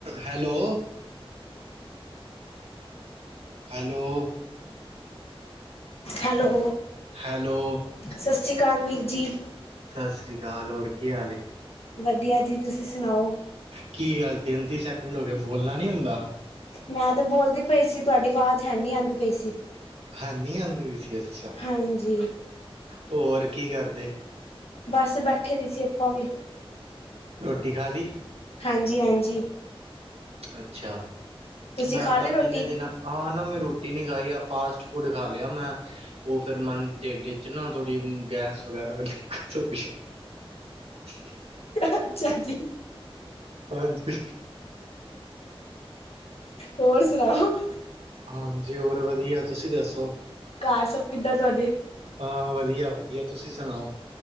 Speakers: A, on the right; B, on the left.
A: Hello hello
B: hello
A: hello
B: ਸਸ ਸ੍ਰੀ ਕਾਲ ਵੀਰ ਜੀ।
A: ਸਸ ਸ਼੍ਰੀ ਕਾਲ ਹੋਰ ਕੀ ਹਾਲ ਏ?
B: ਵਧੀਆ ਜੀ ਤੁਸੀਂ ਸੁਣਾਓ?
A: ਕੀ ਗੱਲ ਤਿੰਨ-ਤਿੰਨ ਸੈਕਿੰਡ ਹੋਗੇ ਬੋਲਣਾ ਨੀ ਹੁੰਦਾ।
B: ਮੈਂ ਤੇ ਬੋਲਦੀ ਪਈ ਸੀ ਤੁਹਾਡੀ ਆਵਾਜ਼ ਹੈਨੀ ਆਂਦੀ ਪਈ ਸੀ।
A: ਹੈਨੀ ਆਂਦੀ ਵੀ ਸੀ ਅੱਛਾ
B: ਹਾਂਜੀ
A: ਹੋਰ ਕੀ ਕਰਦੇ?
B: ਬਸ ਬੈਠੇ ਦੇ ਸੀ ਆਪਾਂ ਵੀ।
A: ਰੋਟੀ ਖਾਲੀ?
B: ਹਾਂਜੀ-ਹਾਂਜੀ
A: ਅੱਛਾ
B: ਤੁਸੀਂ
A: ਮੈਂ
B: ਖਾ
A: ਆ
B: ਲਈ
A: ਤਾਂ ਅੱਜ
B: ਰੋਟੀ
A: ਇੰਨੇ ਦਿਨਾਂ ਹਾਂ ਨਾ ਮੈਂ ਰੋਟੀ ਨੀ ਖਾਈ ਆ ਫਾਸਟ ਫੂਡ ਖਾ ਲਿਆ ਮੈਂ ਓ ਫੇਰ ਮਨ ਢਿੱਡ ਚ ਨਾ ਥੋੜੀ ਗੈਸ ਵਗੈਰਾ <unintelligible> <inaudible>
B: ਅੱਛਾ ਜੀ।
A: ਹਾਂਜੀ।
B: ਹੋਰ ਸੁਣਾਓ?
A: ਹਾਂਜੀ ਹੋਰ ਵਧੀਆ ਤੁਸੀਂ ਦੱਸੋ?
B: ਕਾਰ ਸਭ ਕਿੱਦਾਂ ਤੁਹਾਡੇ?
A: ਹਾਂ ਵਧੀਆ-ਵਧੀਆ ਤੁਸੀਂ ਸੁਣਾਓ?